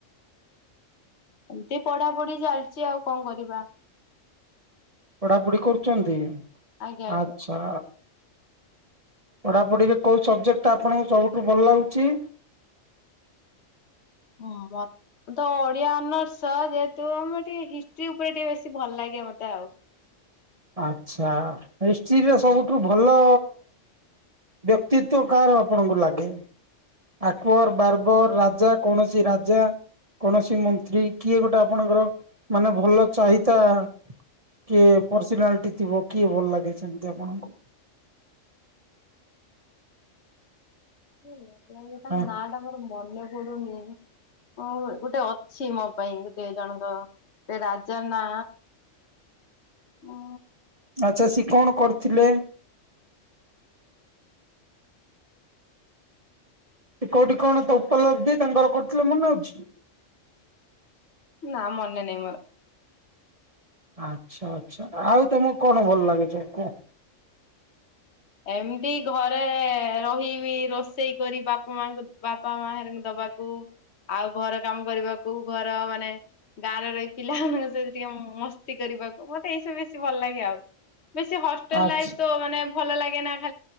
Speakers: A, on the left; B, on the right.
A: ଏମତି ପଢାପଢି ଚାଲିଛି ଆଉ କଣ କରିବା।
B: ପଢାପଢି କରୁଛନ୍ତି
A: ଆଜ୍ଞା ଆଜ୍ଞା
B: ଆଛ ପଢାପଢିରେ କୋଉ ସବଜେକ୍ଟ ଟା ଆପଣଙ୍କୁ ସବୁଠୁ ଭଲ ଲାଗୁଛି?
A: ହୁଁ ବା ମୁଁ ତ ଓଡ଼ିଆ ଅନର୍ ସହଜେ ତୁ ଆମର ଟିକେ ହିଷ୍ଟ୍ରି ଉପରେ ଟିକେ ବେଶୀ ଭଲ ଲାଗେ ମତେ ଆଉ।
B: ଆଚ୍ଛା ହିଷ୍ଟ୍ରୀରେ ସବୁଠୁ ଭଲ ବ୍ୟକ୍ତିତ୍ଵ କାହାର ଆପଣଙ୍କୁ ଲାଗେ? ଆକବର ବାର୍ବର ରାଜା କୌଣସି ରାଜା କୌଣସି ମନ୍ତ୍ରୀ କିଏ ଗୋଟେ ଆପଣଙ୍କର ମାନେ ଭଲ ଚାହିତା କିଏ ପର୍ସନାଲିଟି ଥିବ କିଏ ଭଲ ଲାଗିଛନ୍ତି ଆପଣଙ୍କୁ?
A: ଭଲ ଲାଗେ ତାଙ୍କ
B: ହଁ।
A: ନାଁ ଟା ତାଙ୍କର ମନେ ପଡୁନି। ହ ଗୋଟେ ଅଛି ମୋ ପାଇଁ ଗୋଟେ ଜଣଙ୍କ ଗୋଟେ ରାଜା ନା ଉଁ
B: ଆଚ୍ଛା ସିଏ କଣ କରିଥିଲେ? ସେ କୋଉଠି କଣ ତ ଉପଲବ୍ଧି ତାଙ୍କର କରିଥିଲେ ମନେ ଅଛି?
A: ନା ମନେ ନାଇଁ ମୋର।
B: ଆଚ୍ଛା ଆଚ୍ଛା ଆଉ ତମକୁ କଣ ଭଲ ଲାଗେ ସବୁ କୁହ।
A: ଏମିତି ଘରେ ରହିବି ରୋଷେଇ କରି ବାପା ମାଙ୍କୁ ବାପା ମା ହେରିଙ୍କୁ ଦବାକୁ। ଆଉ ଘର କାମ କରିବାକୁ ଘର ମାନେ ଗାଁରେ ରହି ପିଲା ଟିକେ ମସ୍ତି କରିବାକୁ, ମତେ ଏଇ ସବୁ ଭଲ୍‌ ଲାଗେ ଆଉ, ବେଶି ହଷ୍ଟେଲ୍‌
B: ଆଚ୍ଛା।
A: ଲାଇପ୍ ତ ମାନେ ଭଲ ଲାଗେ ନା,